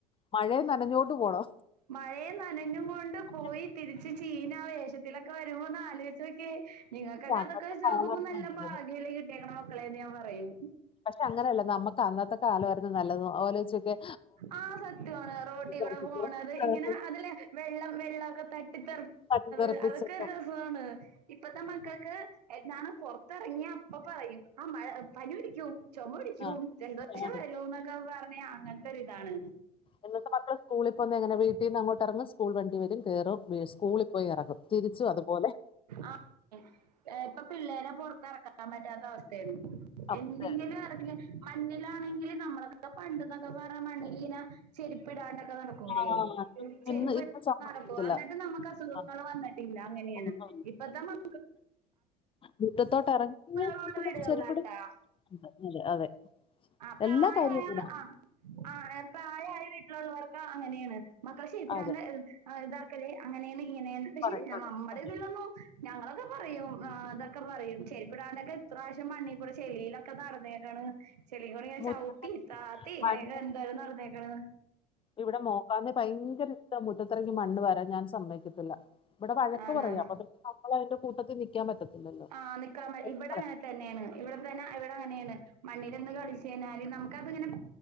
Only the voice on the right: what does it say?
മഴയും നനഞ്ഞും കൊണ്ട്
പോയി തിരിച്ച് ചീന ആ വേഷത്തില ക്കെ വരുമ്പൊ ഒന്ന് ആലോചിച്ച് നോക്കിയേ നിങ്ങൾക്കൊക്കെ
അതൊക്കെ വെച്ച്
നോക്കുമ്പോ നല്ല ഭാഗ്യം
അല്ലെ കിട്ടിയേക്കണ ക്കളേന്ന് ഞാൻ പറയും
ആഹ് സത്യാണ് റോട്ടി
കൂടെ പോണത്
ഇങ്ങനെ അതില് വെള്ളം വെള്ളമൊക്കെ തട്ടിത്തെറി
അത്
അതൊക്കെ ഒരു രസമാണ് ഇപ്പത്തെ മക്കക്ക് എങ്ങാണം പുറത്തിറങ്ങിയ ഇപ്പൊ പറയും ആ മഴ പനി പിടിക്കും ചുമ പിടിക്കും
ജലദോഷം
വരും എന്നൊക്കെ പറഞ്ഞ് അങ്ങന ക്കൊരിതാണ്
ആഹ് ഇപ്പൊ പിള്ളേരെ പൊറത്തിറക്കാൻ പറ്റാത്ത അവസ്ഥയാണ്
എന്തെങ്കിലും ഇറക്ക മണ്ണിലാണെങ്കിൽ നമ്മളക്കെ പണ്ടന്നൊക്കെ പറഞ്ഞ മണ്ണിൽ ഇങ്ങന ചെര്പ്പിടാണ്ടൊക്കെ നടക്കൂല്ലേ
ചെര്പ്പ്
നടക്കും എന്നിട്ടും നമുക്ക് അസുഖങ്ങൾ
വന്നിട്ടില്ല അങ്ങനെയാണ്
ഇപ്പത്തെ മക്കൾ
വീടുകളുള്ള വീടുകളിലാട്ടാ
ആ പ്രായയാ
ആ ആ തെ പ്രായായ വീട്ടിലുള്ളവർക്ക് അങ്ങനെണ് പക്ഷേ പ്രമേ
ആഹ് ഇതാക്കല് അങ്ങനെയന്ന് ഇങ്ങനെയന്ന് പക്ഷെ
നമ്മുടെതിലൊന്നും
ഞങ്ങളൊക്കെ പറയും ആ അതൊക്കെ പറയും ചെരിപ്പടാണ്ടൊക്കെ എത്രപ്രാവ്ശ്യം മണ്ണികൂടെ ചെളിലൊക്കെ നടന്നേന്റാണ് ചെളികൂടെ ഞാൻ
ചവിട്ടി താത്തി ങ്ങനെങ്ങെ
എന്തോരം നടന്നേക്കണ്
ആണാ
ആഹ നിക്കാൻപറ്റ
ഇവിടെ
തന്നെണ് ഇവിടെ തന്നെ ഇവിടെങ്ങനെണ് മണ്ണിലോന്ന് കളിച്ചയ്ഞ്ഞാല് നമുക്കത്ങ്ങനെ